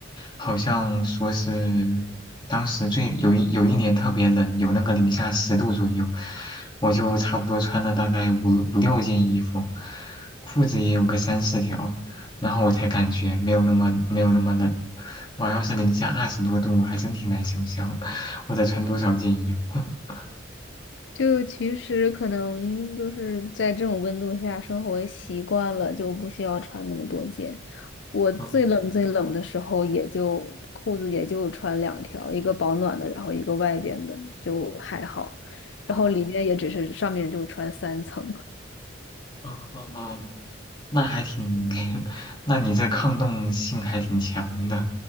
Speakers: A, on the left (about 25°); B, on the left (about 65°).
A: 好像说是当时最有一有一年特别冷，有那个零下十度左右，我就差不多穿了大概五五六件衣服，裤子也有个三四条，然后我才感觉没有那么没有那么冷。我要是零下二十多度，我还真挺难想象我得穿多少件衣服。<laughs>
B: 就其实可能就是在这种温度下生活习惯了，就不需要穿那么多件。我最冷最冷的时候，
A: 嗯，
B: 也就裤子也就穿两条，一个保暖的，然后一个外边的，就还好。
A: 好，
B: 然后里边也只是上面就穿三层。
A: 啊啊啊！那还挺，<laughs> 那你这抗冻性还挺强的。